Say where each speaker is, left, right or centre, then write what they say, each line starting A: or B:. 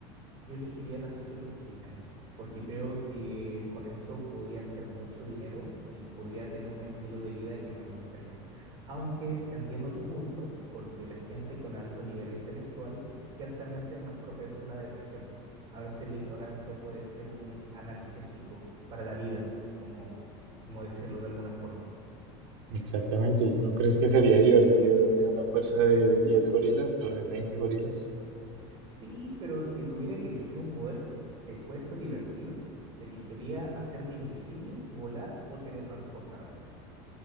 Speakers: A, on the right; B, on the right.
A: Yo elegiría la superinteligencia, porque creo que con eso podría hacer mucho dinero y podría tener un estilo de vida que me gustaría. Aunque entiendo tu punto, porque la gente con alto nivel intelectual ciertamente es más propensa a la depresión. A veces la ignorancia puede ser un analgésico para la vida, es como, como decirlo de alguna forma.
B: Exactamente. ¿No crees que sería divertido tener la fuerza de 10 gorilas o de 20 gorilas?
A: Sí, pero si tuviera que elegir un poder que fuese divertido, elegiría hacerme invisible, volar o teletransportarme.